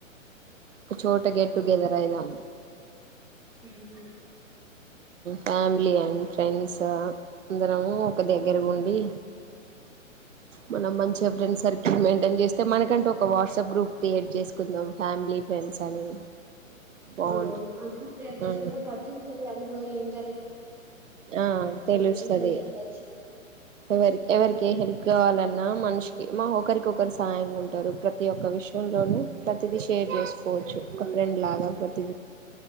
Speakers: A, on the right (about 65°); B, in the centre.
A: ఒక చోట గెట్ టుగెదర్ అయిదాం
B: ఉహు
A: ఫ్యామిలీ అన్ ఫ్రెండ్స్ అందరము ఒక దగ్గరగుండి మనం మంచిగా ఫ్రెండ్ సర్కిల్ మెయింటైన్ చేస్తే మనకంటే ఒక వాట్సాప్ గ్రూప్ క్రియేట్ చేసుకుందాం ఫ్యామిలీ ఫ్రెండ్స్ అని బాగుంటది
B: అవునవును అందురం క్రియేట్ చేసుకుంటే
A: ఆ
B: ప్రతి ఒక్క అందులో ఇన్
A: ఆ తెలుస్తది
B: మెన్షన్ చేయొచ్చు
A: ఎవరి ఎవరికి
B: ప్రతి ఒక్క
A: హెల్ప్ గా వలన్నా మనిషికి మా ఒకరికొకరు సాయంగుంటారు ప్రతి ఒక్క విషయంలోను ప్రతిదీ షేర్ చేసుకోవచ్చు ఫ్రెండ్ లాగా ప్రతిది